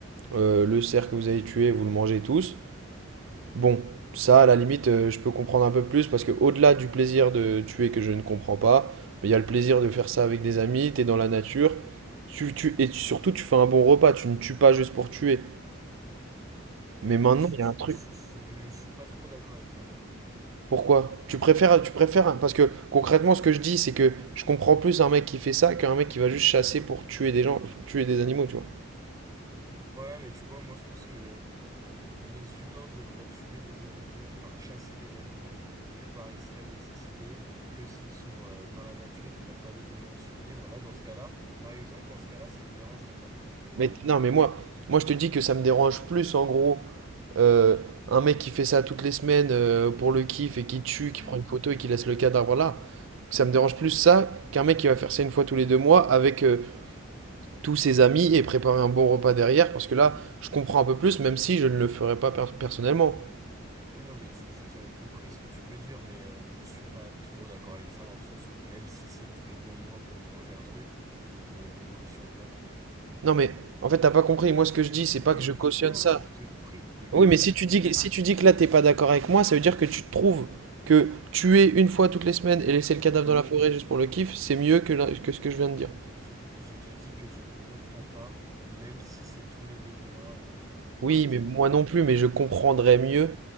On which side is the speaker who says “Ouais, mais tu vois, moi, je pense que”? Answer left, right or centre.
Right